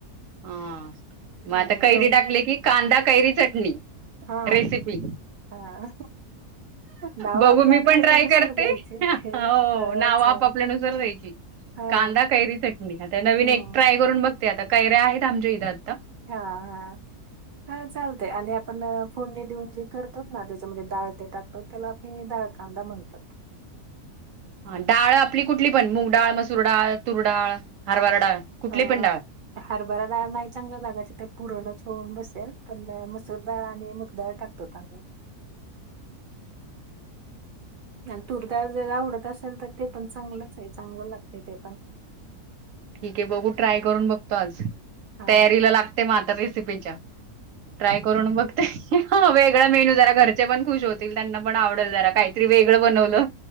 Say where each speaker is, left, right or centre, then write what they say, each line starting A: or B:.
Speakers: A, on the right; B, on the right.
A: हा मग
B: हम्म
A: आता कैरी
B: दोन
A: टाकले की कांदा, कैरी चटणी
B: हा
A: रेसिपी
B: हा नाव
A: बघू
B: आपल्या
A: मी
B: आपल्या
A: पण
B: ह्याच्यानुसार
A: ट्राय करते
B: द्यायचे
A: हो
B: हा
A: नाव आपपल्यानुसार
B: चालत
A: द्यायची.
B: हा
A: कांदा, कैरी चटणी आता नवीन
B: हम्म
A: एक ट्राय करून बघते. आता कैऱ्या आहेत आमच्या इथं आता
B: हा हा हा चालत आणि आपण फोडणी देऊन जे करतोत ना त्याच्यामध्ये डाळ ते टाकतो. त्याला काही दाळ, कांदा म्हणतात.
A: हा डाळ आपली कुठली पण मुग डाळ, मसूर डाळ, तूरडाळ, हरभरा डाळ. कुठली
B: हा
A: पण डाळ
B: हरभरा डाळ नाही चांगला लागायची ते पुरणच होऊन बसेल पण मसूरडाळळा आणि मूग दाळ टाक तोता मी आणि तूरदाळ जर आवडत असल तर ते पण चांगलंच आहे चांगलं लागतय ते पण.
A: ठीक आहे बघू ट्राय करून बघतो आज,
B: हा
A: तयारीला लागते म आता रेसिपीच्या. ट्राय करून बघते, वेगळ मील जरा घर चे पण खुश होतील त्यांना पण आवडल जरा काहीतरी वेगळं बनवलं.